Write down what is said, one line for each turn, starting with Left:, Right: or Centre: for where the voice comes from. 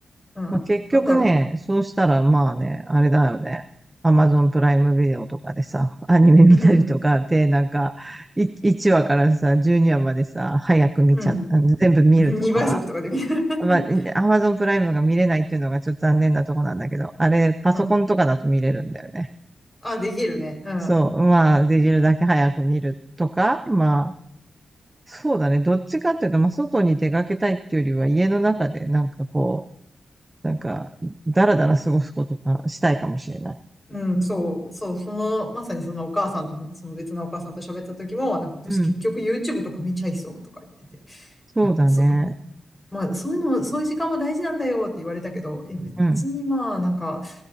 Left: うん、
Right: まあ、結局ね、
Left: なんだろ
Right: そうしたらまあね、あれだよね。アマゾンプライムビデオとかでさ、アニメ見たりとかで、
Left: う、うん、
Right: なんか、い1話からさ、12話までさ、早く見ちゃっ、
Left: うん、
Right: あの全部見るとか。
Left: 2倍速とかで見る。<laughs>
Right: まあ、アマゾンプライムが見れないっていうのがちょっと残念なとこなんだけど、あれ、パソコンとかだと見れるんだよね。
Left: うんあ、できるね。うん。
Right: そう、まあ、できるだけ早く見るとか、まあ、そうだね。どっちかっていうと、まあ、外に出かけたいっていうよりは、家の中でなんかこう、なんか、だらだら過ごすことがしたいかもしれない。
Left: うん、そう、そう、その、まさにそのお母さんと、その別のお母さんと喋った時も、なんか私結局
Right: うん。
Left: YouTube とか見ちゃいそうとか言ってて、い
Right: そうだね。
Left: や、まあ、そう、まあ、そういうのも、そういう時間も大事なんだよって言われたけど、いや、別にまあ、
Right: うん。
Left: なんか、